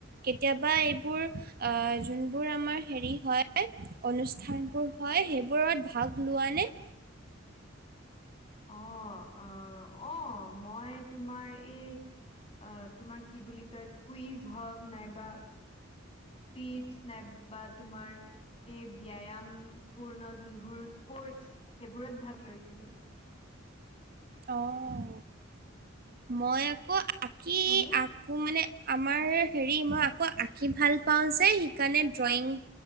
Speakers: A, on the right (about 50°); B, on the left (about 30°).
A: কেতিয়াবা এইবোৰ আ' যোনবোৰ আমাৰ হেৰি হয় অনুষ্ঠানবোৰ হয় সেইবোৰত ভাগ লোৱা নে?
B: অ', অ', অ', মই তোমাৰ এই অ' তোমাৰ কি বুলি কয় কুইজ হওঁক নাইবা পিচ নাইবা তোমাৰ এই ব্যায়াআমপূৰ্ণ যোনবোৰ স্পৰ্টচ সেইবোৰত ভাগ লৈছিলো।
A: অ' মই আকৌ আঁকি
B: তুমি
A: আকৌ মানে আমাৰ হেৰি মই আকৌ আঁকি ভাল পাওঁ যে সেইকাৰণে ড্ৰয়িং